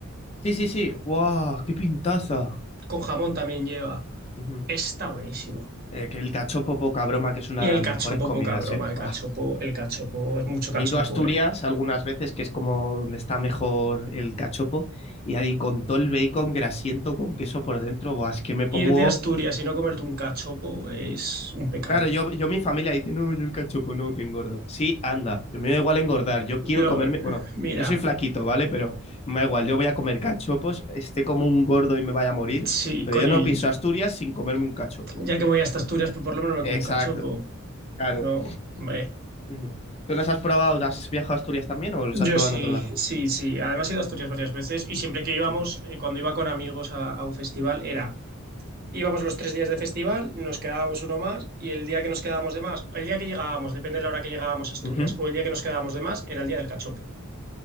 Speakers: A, on the left; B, on the right.
A: Sí, sí, sí. ¡Guau! ¡Qué pintaza!
B: con jamón también lleva,
A: Ujú.
B: está buenísimo.
A: Eh, que el cachopo, poca broma, que es una
B: Y
A: de
B: el
A: las mejores
B: cachopo,
A: comidas,
B: poca broma,
A: ¿eh?
B: el
A: Buah.
B: cachopo, el cachopo, es mucho cachopo,
A: He ido a Asturias
B: ¿eh?
A: algunas veces, que es como donde está mejor el cachopo, y ahí con todo el bacon grasiento con queso por dentro, buah, es que me pongo...
B: Ir de Asturias y no comerte un cachopo es un pecado.
A: Claro, yo, yo mi familia dice, no, yo el cachopo, no, que engordo. Sí, anda, a mí me da igual engordar, yo quiero
B: Lo,
A: comerme... Bueno,
B: mira.
A: yo soy flaquito, ¿vale? Pero me da igual, yo voy a comer cachopos, esté como un gordo y me vaya a morir,
B: Sí,
A: pero
B: coño,
A: yo no
B: y
A: piso Asturias sin comerme un cachopo.
B: ya que voy hasta Asturias, pues por lo menos me
A: Exacto,
B: como un cachopo,
A: claro.
B: ¿no? Hombre.
A: Ujú. ¿Tú los has probado? ¿Has viajado a Asturias también o los
B: Yo
A: has probado
B: sí,
A: en otro lado?
B: sí, sí. Además he ido a Asturias varias veces y siempre que íbamos,
A: Ujú.
B: eh, cuando iba con amigos a, a un festival, era, íbamos los tres días de festival, nos quedábamos uno más y el día que nos quedábamos de más, el día que llegábamos, depende de la hora que llegábamos a Asturias,
A: Ujú.
B: o el día que nos quedábamos de más, era el día del cachopo.